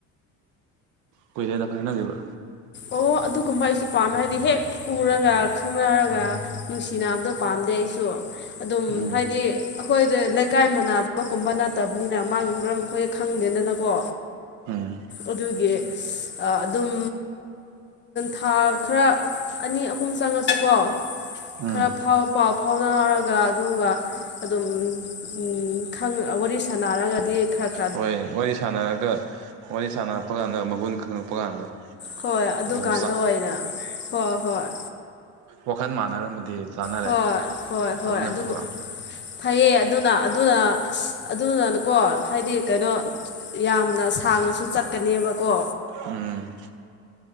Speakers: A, on the right; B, on the left.
A: ꯀꯨꯢꯔꯦꯗ ꯀꯥꯏꯅꯒꯤꯕ
B: ꯑꯣ ꯑꯗꯨ ꯀꯨꯝꯕ ꯑꯩꯁꯨ ꯄꯥꯝꯃꯦ ꯍꯥꯏꯗꯤ ꯍꯦꯛ ꯎꯔꯒ ꯈꯪꯅꯔꯒ ꯅꯨꯡꯁꯤꯅꯕꯗꯣ ꯄꯥꯝꯗꯦ ꯑꯩꯁꯨ ꯑꯗꯨꯝ
A: ꯎꯝ
B: ꯍꯥꯏꯗꯤ ꯑꯈꯣꯏꯗ ꯏꯀꯥꯏ ꯃꯥꯟꯅꯕ ꯒꯨꯝꯕ ꯅꯠꯇ꯭ꯕꯅꯤꯅ ꯃꯥꯒꯤ ꯃꯔꯝ ꯑꯈꯣꯏ ꯈꯪꯗꯦꯗꯅꯀꯣ
A: ꯎꯝ
B: ꯑꯗꯨꯒꯤ ꯑꯥ ꯑꯗꯨꯝ ꯊꯥ ꯈꯔ ꯑꯅꯤ ꯑꯍꯨꯝ ꯆꯪꯉꯁꯨꯀꯣ
A: ꯎꯝ
B: ꯈꯔ ꯐꯥꯎ ꯄꯥꯎ ꯐꯥꯎꯅꯔꯒ ꯑꯗꯨꯒ ꯑꯗꯨꯝ ꯎꯝ ꯈꯪ ꯋꯥꯔꯤ ꯁꯥꯥꯟꯅꯔꯒꯗꯤ ꯈꯔ ꯈ
A: ꯍꯣꯏ ꯋꯥꯔꯤ ꯁꯥꯟꯅꯔꯒ ꯋꯥꯔꯤ ꯁꯥꯟꯅꯔꯛꯄ ꯀꯥꯟꯗ ꯃꯒꯨꯟ ꯈꯪꯉꯛꯄ ꯀꯥꯟꯗꯣ
B: ꯍꯣꯏ ꯑꯗꯨꯀꯥꯟꯗ
A: ꯑꯗꯨꯝ
B: ꯑꯣꯏꯅ ꯍꯣ ꯍꯣꯏ
A: ꯋꯥꯈꯟ ꯃꯥꯟꯅꯔꯝꯃꯗꯤ ꯆꯥꯅꯔꯦ
B: ꯍꯣꯏ ꯍꯣꯏ ꯍꯣꯏ
A: ꯑꯗꯨꯅ
B: ꯑꯗꯨꯒ
A: ꯐꯠꯇ꯭ꯔꯣ
B: ꯐꯩꯌꯦ ꯑꯗꯨꯅ ꯑꯗꯨꯅ ꯑꯗꯨꯅꯅꯀꯣ ꯍꯥꯏꯗꯤ ꯀꯩꯅꯣ ꯌꯥꯝꯅ ꯁꯥꯡ ꯉꯁꯨ ꯆꯠꯀꯅꯤꯕꯀꯣ
A: ꯎꯝ